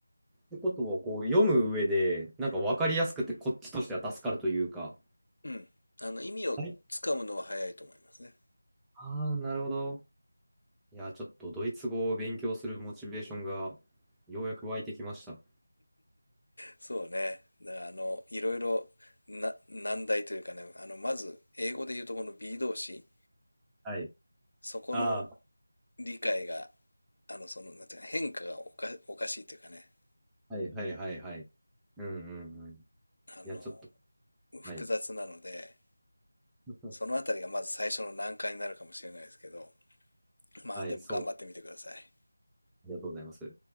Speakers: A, in the centre; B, on the left.
A: てことをこう読む上で、なんか分かりやすくて、こっちとしては助かるというか。
B: うん。あの、意味をつかむのは早いと思いますね。
A: はい。ああ、なるほど。いや、ちょっとドイツ語を勉強するモチベーションが、ようやく湧いてきました。
B: そうね。だからあの、いろいろな、難題というかね、あの、まず、英語で言うとこの B 動詞、
A: はい。
B: そこの
A: ああ、
B: 理解が、あの、その、なんていうか、変化がおか、おかしいというかね、
A: はいはいはいはい。うんうんうん。
B: あの、
A: いや、ちょっと、
B: 複雑なので、
A: はい。<laughs>
B: そのあたりがまず最初の難関になるかもしれないですけど、まあでも頑張ってみてください。
A: はい、そう。ありがとうございます。